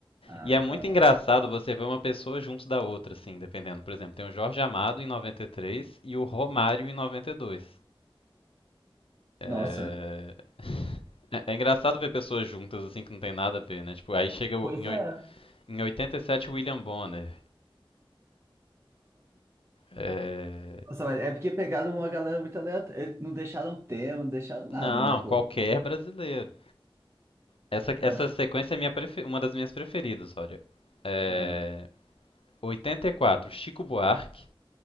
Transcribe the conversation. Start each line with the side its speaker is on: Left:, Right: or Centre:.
Right: Ah,
Left: E
Right: legal.
Left: é muito engraçado você ver uma pessoa junto da outra, assim, dependendo. Por exemplo, tem o Jorge Amado em 93 e três e o Romário em 92. É,
Right: Nossa.
Left: é- é engraçado ver pessoas juntas, assim, que não tem nada a ver, né? Tipo, aí chega o-
Right: Pois
Left: em,
Right: é.
Left: oi- em 87 o William Bonner. É,
Right: Nossa, mas é porque pegaram uma galera muito aleatória. Não deixaram tema, não deixaram nada,
Left: Não,
Right: né? Pelo...
Left: qualquer brasileiro. Essa,
Right: Então.
Left: essa sequência é minha prefe- uma das minhas preferidas, olha. É,
Right: é.
Left: 84, Chico Buarque.